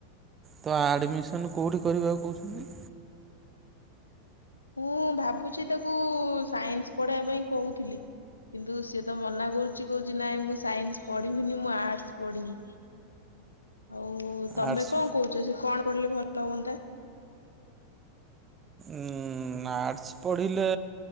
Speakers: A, on the right (about 20°); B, on the left (about 80°).
A: ତ ଆଡ଼ମିସନ୍ କେଉଁଠି କରିବାକୁ କହୁଛନ୍ତି?
B: ମୁଁ ଭାବୁଛି ତାକୁ ସାଇନ୍ସ ପଢେଇବା ପାଇଁ କହୁଥିଲି କିନ୍ତୁ ସେ ତ ମନା କରୁଛି କହୁଛି ନାଇଁ ମୁଁ ସାଇନ୍ସ ପଢିବିନି ମୁଁ ଆର୍ଟସ ପଢିବି। ଆଉ ତମେ
A: ଆର୍ଟସ୍
B: କଣ କହୁଛ ସେ କଣ ପଢ଼ିଲେ ଭଲ ହୁଅନ୍ତା?
A: ଉଁ ଆର୍ଟସ୍ ପଢ଼ିଲେ